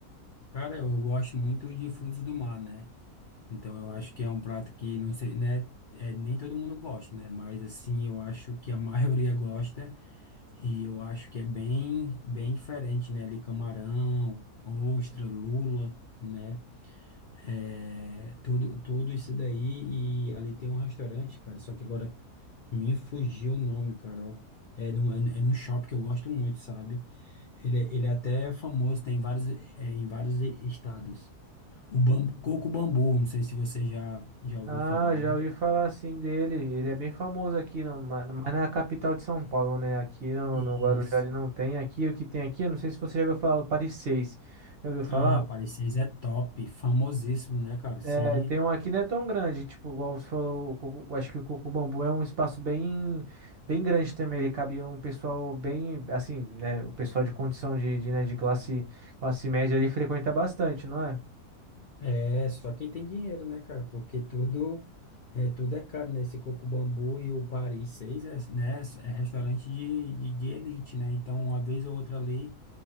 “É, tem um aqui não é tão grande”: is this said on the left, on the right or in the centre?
Right